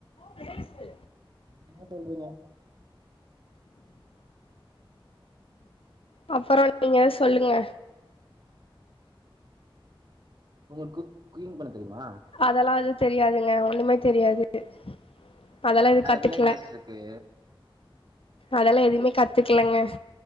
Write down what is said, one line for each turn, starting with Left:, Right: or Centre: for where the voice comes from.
Left: பேலஸ்சு
Right: என்னமோ சொல்றீங்க
Left: அப்பறொ நீங்க சொல்லுங்க
Right: உங்களுக்கு குக் குகிங் பண்ண தெரியுமா
Left: அதெல்லா எது தெரியாதுங்க ஒன்னுமே தெரியாது த அதெல்லா எது
Right: வேற
Left: கத்துக்கல
Right: எதுல இன்ட்ரெஸ்ட் இருக்கு
Left: அதெல்லா எதுமே கத்துக்லங்க